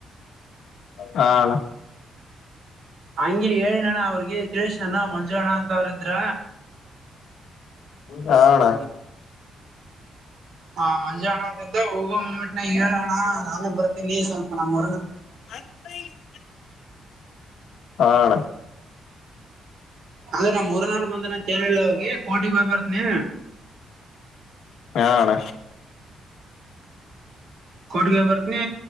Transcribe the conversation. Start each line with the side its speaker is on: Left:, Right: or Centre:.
Left: ಹಾ ಅಣ್ಣ
Right: ಹಂಗೆ ಹೇಳಿನಣ್ಣ ಅವ್ರಿಗೆ ತಿಳಿಸ್ನಣ್ಣ ಮಂಜು ಅಣ್ಣ ಅಂತ ಅವ್ರಿದ್ರ.
Left: ಹಾ ಅಣ್ಣ
Right: ಹಾ ಮಂಜ ಅಣ್ಣ ಅಂತಿದ್ದ ಹೋಗ ಮುಮೆಂಟ್ನ ಹೇಳೋಣ ನಾನೇ ಬರ್ತೀನಿ ಸ್ವಲ್ಪ ನಮ್ಮ್.
Left: <inaudible> ಹಾ ಆಣ್ಣ
Right: ಅದೇನಾ ಊರ್ನಾರ ಬಂದ್ರರ ಅಂತ ಹೇಳಿಲ್ಲ ಅವ್ರಿಗೆ ಕೋಟಿಗ್ ಹೋಗಿ ಬರ್ತ್ನಿ
Left: ಹಾ ಅಣ್ಣ
Right: ಕೊಟಿಗ್ ಬರ್ತನಿ